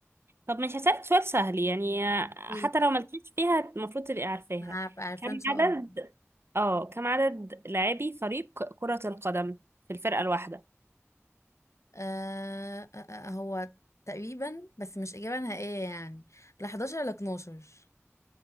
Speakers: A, on the right (about 55°); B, on the left (about 80°).
A: طب مش هسألك سؤال سهل يعني حتى
B: ايه
A: لو ملكيش فيها المفروض تبقي عارفاها
B: هبقى عارفه
A: كم
B: ان شاء
A: عدد
B: الله
A: اه كم عدد لاعبي فريق كرة القدم في الفرقة الواحدة
B: آه آه آه آه، هو تقريبا بس مش إجابة نهائية يعني لا 11 لا 12